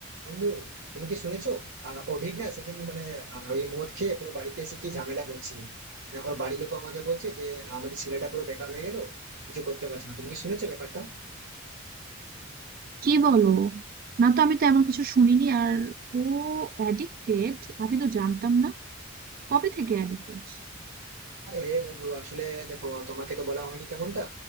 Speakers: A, on the right (about 60°); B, on the right (about 45°).
A: বন্ধু তুমি কি শুনেছো আহ, অভিক না সেদিন মানে আহ, ওই মদ খেয়ে পুরো বাড়িতে এসে কি ঝামেলা করছে মানে ওর বাড়ির লোক আমাকে বলছে যে আমাদের ছেলেটা পুরো বেকার হয়ে গেল কিছু করতে পারছে না তুমি কি শুনেছো ব্যাপারটা
B: কি বলো না তো আমি তো এমন কিছু শুনিনি আর ও অ্যাডিক্টেড আমি তো জানতাম না কবে থেকে অ্যাডিক্টেড
A: আরে বন্ধু আসলে দেখো তোমাকে তো বলা হয়নি তেমনটা